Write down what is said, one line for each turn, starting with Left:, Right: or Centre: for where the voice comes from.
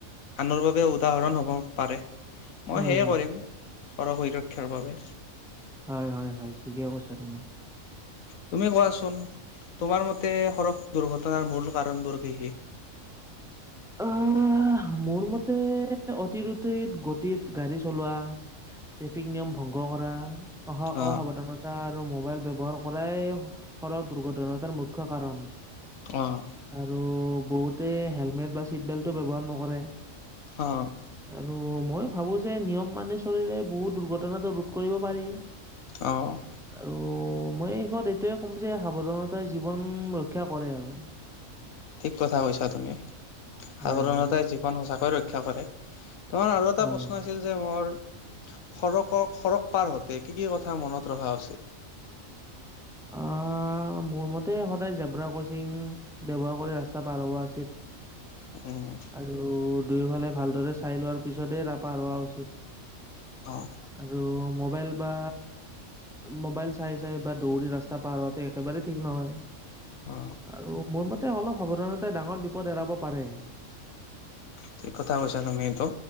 Left: আনৰ বাবে উদাহৰণ হব পাৰে মই
Centre: উম
Left: সেয়ে
Centre: হুম
Left: কৰিম। সৰ সুৰক্ষাৰ বাবে।
Centre: হয় হয় হয় ঠিকে কৈছা তুমি।
Left: তুমি কোৱাচোন তোমাৰ মতে সৰক দুৰ্ঘটনাৰ মূল কাৰণ বোৰ কি কি।
Centre: আহ মোৰ মতে অতিৰোতিত গতিত গাড়ী চলোৱা। ট্ৰেফিক নিয়ম ভংগ কৰা অহা
Left: অ',
Centre: অসাৱধান। টা আৰু মোবাইল ব্যৱহাৰ কৰাই সৰক দুৰ্ঘটনা তাৰ মুখ্য কাৰণ।
Left: অ'।
Centre: আৰু বহুতে হেলমেট বা চিট বেল্টটো ব্যৱহাৰ নকৰে।
Left: অ'।
Centre: আৰু মই ভাবো যে নিয়ম মানি চলিলে বহুত দুৰ্ঘটনাটো ৰোধ কৰিব পাৰি।
Left: অ'।
Centre: আৰু মই শেষত এইটোয়ে ক'ম যে সাৱধানতাই জীৱন ৰক্ষা কৰে আৰু।
Left: ঠিক কথা কৈছা তুমি, সাৱধাণতাই
Centre: হয়, হয়,
Left: জীৱন সচাকৈ ৰক্ষা কৰে। তোমাৰ আৰু এটা
Centre: হয়,
Left: প্ৰশ্ন
Centre: হয়।
Left: আছিল। যে মোৰ সৰকৰ সৰক পাৰ হ‌ওঁতে কি কি কথা মনত ৰখা উচিত।
Centre: অ' মোৰ মতে সদায় জেব্ৰা ক্ৰচিং ব্যৱহাৰ কৰি ৰাস্তা পাৰ হোৱা উচিত।
Left: উম।
Centre: ৰু দুয়োফালে ভালদৰে চাই লোৱাৰ পিছতে ৰা পাৰ হোৱা উচিত।
Left: অ'।
Centre: আৰু মবাইল বা। মোবাইল চাই চাই বা দৌৰি ৰাস্তা পাৰ হোৱাটো একেবাৰে ঠিক নহয়।
Left: অ,
Centre: আৰু মোৰ মতে অলপ সাৱধানতাই ডাঙৰ বিপদ এৰাব পাৰে।
Left: ঠিক কথা কৈছা তুমি এইটো।